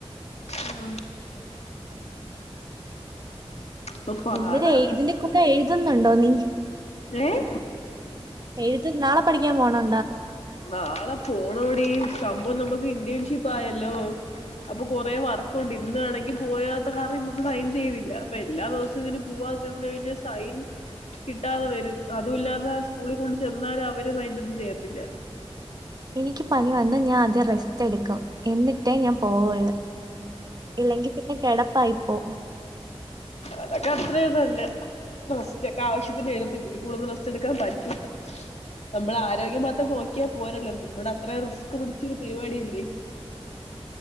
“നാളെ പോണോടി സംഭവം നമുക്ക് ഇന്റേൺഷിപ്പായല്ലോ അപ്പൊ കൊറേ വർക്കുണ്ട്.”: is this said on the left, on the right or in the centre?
Left